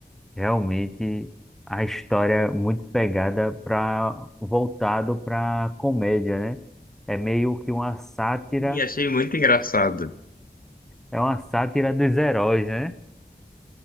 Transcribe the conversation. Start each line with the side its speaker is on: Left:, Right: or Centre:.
Centre: Realmente a história é muito pegada para voltado para comédia, né? É meio que uma sátira,
Left: E, achei muito engraçado.
Centre: é uma sátira dos heróis, né?